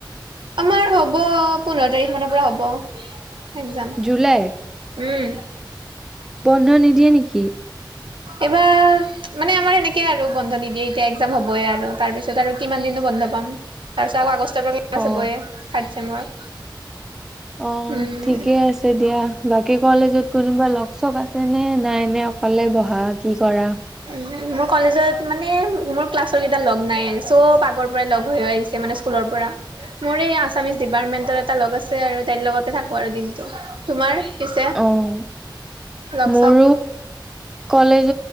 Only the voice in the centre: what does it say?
জুলাইৰ
বন্ধ নিদিয়ে নেকি?
অ।
অৱ
ঠিকে আছে দিয়া। বাকী কলেজত কোনোবা লগ চ আছে নে নাই এনে অকলে বহা কি? কৰা
অৱ,
মোৰ
কলেজ